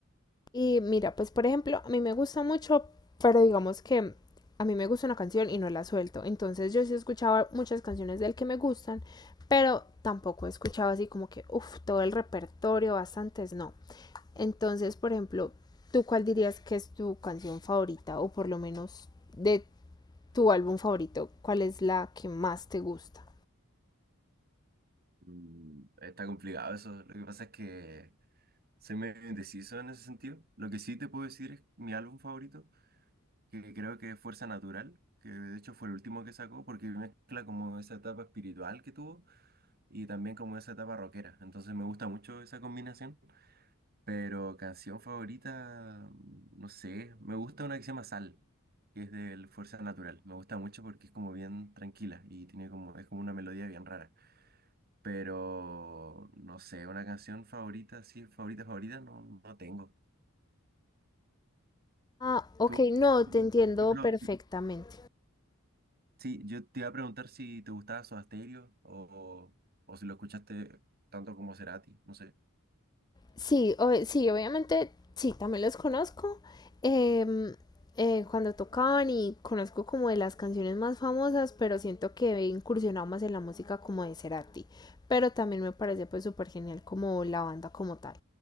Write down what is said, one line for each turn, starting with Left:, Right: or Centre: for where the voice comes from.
Left: Y mira, pues por ejemplo, a mí me gusta mucho, pero digamos que a mí me gusta una canción y no la suelto. Entonces yo sí escuchaba muchas canciones de él que me gustan, pero tampoco he escuchado así como que, uff, todo el repertorio, bastantes no. Entonces, por ejemplo, ¿tú cuál dirías que es tu canción favorita o por lo menos de tu álbum favorito? ¿Cuál es la que más te gusta?
Right: Mm, Está complicado eso. Lo que pasa es que soy medio indeciso en ese sentido. Lo que sí te puedo decir es mi álbum favorito, que creo que es Fuerza Natural, que de hecho fue el último que sacó porque mezcla como esa etapa espiritual que tuvo y también como esa etapa rockera. Entonces me gusta mucho esa combinación. Pero canción favorita, mm, no sé, me gusta una que se llama Sal, que es del Fuerza Natural. Me gusta mucho porque es como bien tranquila y tiene como, es como una melodía bien rara. Pero no sé, una canción favorita, sí, favorita, favorita, no, no tengo.
Left: Ah, ok,
Right: ¿Tú?
Left: no, te entiendo
Right: Lo-
Left: perfectamente.
Right: Sí, yo te iba a preguntar si te gustaba Soda Stereo o, o si lo escuchaste tanto como Cerati, no sé.
Left: Sí, ob- sí, obviamente, sí, también los conozco. Em, eh, cuando tocaban y conozco como de las canciones más famosas, pero siento que he incursionado más en la música como de Cerati. Pero también me parece pues súper genial como la banda como tal.